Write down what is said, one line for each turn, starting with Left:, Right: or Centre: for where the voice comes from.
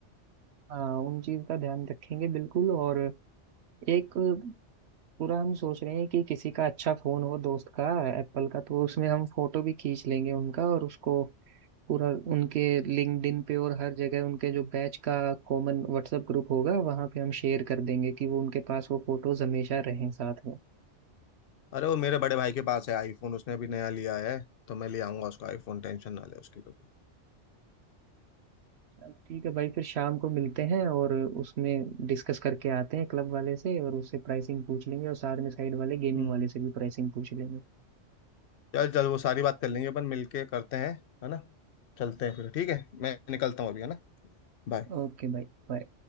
Right: हाँ उन चीज का ध्यान रखेंगे बिल्कुल और एक पूरा हम सोच रहे हैं कि किसी का अच्छा फोन हो दोस्त का एप्पल का तो उसमें हम फोटो भी खींच लेंगे उनका और उसको पूरा उनके लिंक्डइन पे और हर जगह उनके जो बैच का कॉमन व्हाट्सएप ग्रुप होगा वहां पे हम शेयर कर देंगे कि वो उनके पास वो फोटोज हमेशा रहें साथ में
Left: अरे वो मेरे बड़े भाई के पास है आईफोन उसने अभी नया लिया है तो मैं ले आऊंगा उसको आईफोन टेंशन ना ले उसकी तो
Right: चल ठीक है भाई फिर शाम को मिलते हैं और उसमें डिस्कस करके आते हैं क्लब वाले से और उससे प्राइसिंग पूछ लेंगे और साथ में साइड वाले गेमिंग
Left: हम्म
Right: वाले से भी प्राइसिंग पूछ लेंगे
Left: चल चल वो सारी बात कर लेंगे अपन मिलके करते हैं है ना चलते हैं फिर ठीक है मैं निकलता हूँ अभी है ना बाय
Right: ओके भाई बाय